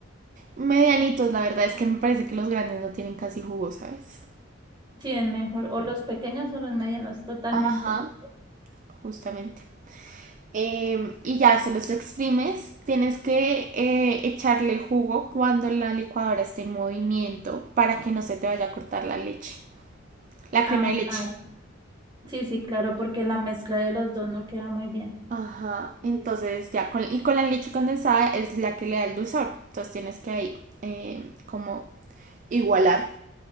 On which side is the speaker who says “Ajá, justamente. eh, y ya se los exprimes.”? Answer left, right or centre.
Right